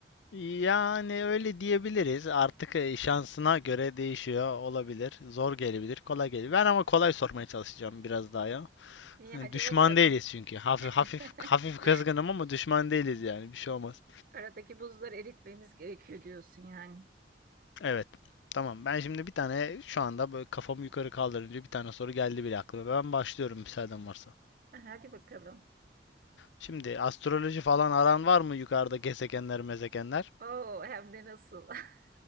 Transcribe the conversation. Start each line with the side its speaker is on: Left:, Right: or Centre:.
Left: Yani öyle diyebiliriz. Artık e, şansına göre değişiyor olabilir. Zor gelebilir, kolay gelebilir. Ben ama kolay sormaya çalışacağım biraz daha ya.
Right: İyi
Left: Hani
Right: hadi
Left: Düşman
Right: bakalım.
Left: değiliz çünkü. Hafif
Right: <laughs>
Left: hafif hafif kızgınım ama düşman değiliz yani. Bir şey olmaz.
Right: Aradaki buzları eritmemiz gerekiyor diyorsun yani.
Left: Evet. Tamam. Ben şimdi bir tane şu anda böyle kafamı yukarı kaldırınca bir tane soru geldi bile aklıma. Ben başlıyorum müsaaden varsa.
Right: Hadi bakalım.
Left: Şimdi astroloji falan aran var mı yukarıda gezegenler, mezegenler?
Right: Oo hem de nasıl? <laughs>